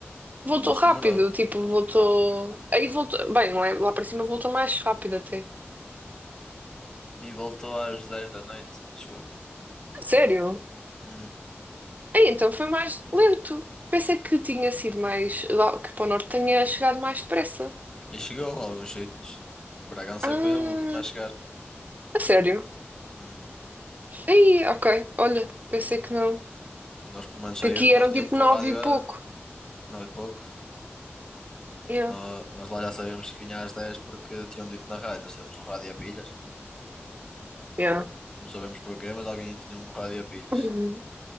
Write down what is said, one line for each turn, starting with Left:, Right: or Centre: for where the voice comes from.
Right: Voltou
Left: Não se
Right: rápido,
Left: demorou.
Right: tipo, voltou. Aí voltou, bem, não é? Lá para cima voltou mais rápido até.
Left: E voltou às dez da noite. Chegou.
Right: Sério?
Left: Hum.
Right: Aí então foi mais lento. Pensei que tinha sido mais, lá- que para o norte tinha chegado mais depressa.
Left: E chegou a alguns sítios. Bragança
Right: Ah,
Left: é que foi a última a chegar.
Right: a sério?
Left: Hum.
Right: Aí, ok. Olha, pensei que não.
Left: Nós pelo menos saímos
Right: Que aqui
Left: porque
Right: eram
Left: nós tínhamos
Right: tipo
Left: o
Right: nove
Left: rádio
Right: e pouco.
Left: a nove e pouco.
Right: Yeah,
Left: Nó- Nós, lá já sabíamos que vinha às 10 porque tinham dito na rádio. Nós tínhamos o rádio a pilhas.
Right: yeah.
Left: Não sabemos porquê, mas alguém tinha um rádio a pilhas.
Right: <laughs>